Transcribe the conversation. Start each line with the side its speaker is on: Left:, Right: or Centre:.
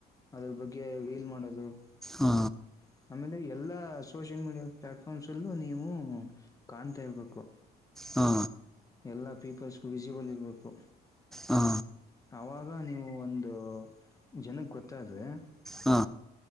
Left: ಅದ್ರ ಬಗ್ಗೆ ವೀಲ್ ಮಾಡೋದು.
Centre: ಹಾ
Left: ಆಮೇಲೆ ಎಲ್ಲಾ ಸೋಷಿಯಲ್ ಮೀಡಿಯಾ ಪ್ಲಾಟ್ಫಾರ್ಮ್ಸ್ ಲ್ಲೂ ನೀವು ಕಾಣ್ತಾ ಇರ್ಬೇಕು.
Centre: ಹಾ
Left: ಎಲ್ಲಾ ಪೀಪಲ್ಸ್ಗು ವಿಸಿಬಲ್ ಇರ್ಬೇಕು.
Centre: ಹಾ
Left: ಆವಾಗ ನೀವು ಒಂದು ಜನಕ್ಕೆ ಗೊತ್ತಾದ್ರೆ
Centre: ಹಾ